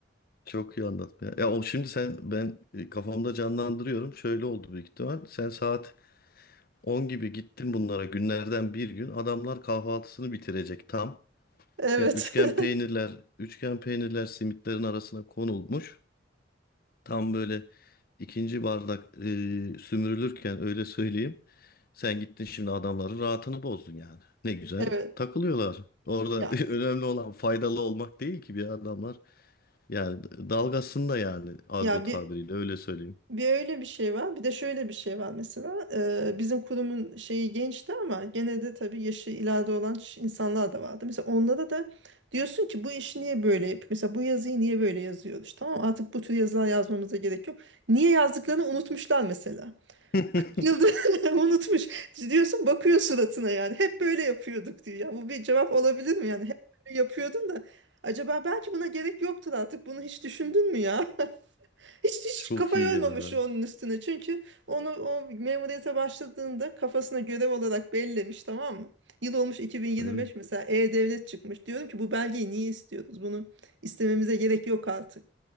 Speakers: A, on the left; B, on the right.
A: Çok iyi anlattın ya. Ya o şimdi sen ben e, kafamda canlandırıyorum. Şöyle oldu büyük ihtimal. Sen saat 10 gibi gittin bunlara günlerden bir gün. Adamlar kahvaltısını bitirecek tam.
B: Evet.
A: Ya üçgen
B: <laughs>
A: peynirler, üçgen peynirler simitlerin arasına konulmuş. Tam böyle ikinci bardak e, sümürülürken öyle söyleyeyim. Sen gittin şimdi adamların rahatını bozdun yani. Ne güzel
B: Evet.
A: takılıyorlar. Orada
B: Ya
A: <laughs> önemli olan faydalı olmak değil ki bir adamlar. Yani dalgasında yani argo
B: ya
A: tabiriyle
B: bir
A: öyle söyleyeyim.
B: Bir öyle bir şey var. Bir de şöyle bir şey var mesela. Eee, bizim kurumun şeyi gençti ama gene de tabii yaşı ileride olan ş- insanlar da vardı. Mesela onlara da diyorsun ki bu işi niye böyle yap? Mesela bu yazıyı niye böyle yazıyoruz? Tamam mı? artık bu tür yazılar yazmamıza gerek yok. Niye yazdıklarını unutmuşlar mesela.
A: <laughs>
B: 40 yıldır <laughs> unutmuş. Diyorsun bakıyor suratına yani. Hep böyle yapıyorduk diyor. Ya bu bir cevap olabilir mi yani? Hep böyle yapıyordun da acaba belki buna gerek yoktur artık. Bunu hiç düşündün mü ya? Hiç hiç
A: Çok
B: kafa
A: iyi
B: yormamış
A: ya.
B: onun üstüne. Çünkü onu o memuriyete başladığında kafasına görev olarak bellemiş tamam mı? Yıl olmuş 2025
A: Evet.
B: mesela E-Devlet çıkmış. Diyorum ki bu belgeyi niye istiyoruz? Bunu istememize gerek yok artık.